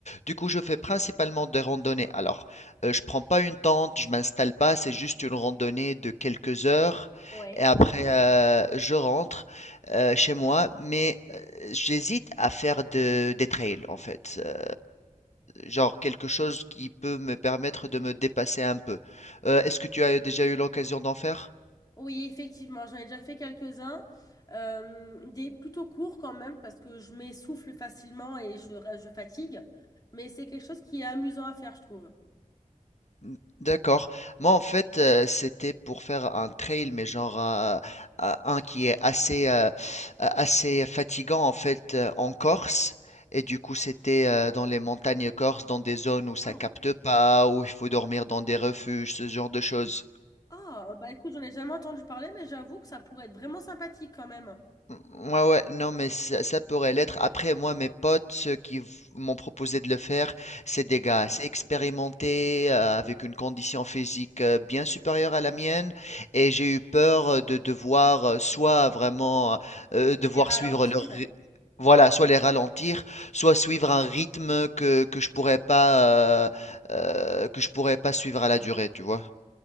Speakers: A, on the left (about 55°); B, on the left (about 30°).
A: Du coup, je fais principalement des randonnées. Alors, euh, je prends pas une tente, je m'installe pas, c'est juste une randonnée de quelques heures
B: Oui.
A: et après, euh, je rentre euh, chez moi. Mais J'hésite à faire de, des trails en fait, euh, genre quelque chose qui peut me permettre de me dépasser un peu. Euh, est-ce que tu as déjà eu l'occasion d'en faire?
B: Oui, effectivement, j'en ai déjà fait quelques-uns. Euh, des plutôt courts quand même, parce que je m'essouffle facilement et je, reste- je fatigue. Mais c'est quelque chose qui est amusant à faire, je trouve.
A: N- D'accord. Moi en fait euh, c'était pour faire un trail mais genre euh, un un qui est assez euh, a- assez fatigant en fait euh, en Corse et du coup c'était euh, dans les montagnes corses dans des zones où ça
B: Wow.
A: capte pas où il faut dormir dans des refuges ce genre de choses.
B: Ah, bah écoute, j'en ai jamais entendu parler, mais j'avoue que ça pourrait être vraiment sympathique quand même.
A: Mmh, ouais, ouais, non, mais ça, ça pourrait l'être. Après, moi, mes potes, ceux qui v- m'ont proposé de le faire, c'est des gars assez expérimentés, euh, avec une condition physique euh, bien supérieure à la mienne, et j'ai eu peur euh, de devoir euh, soit vraiment euh, devoir
B: Et ralentir.
A: suivre leur ry- voilà, soit les ralentir, soit suivre un rythme que, que je pourrais pas euh, euh, que je pourrais pas suivre à la durée, tu vois.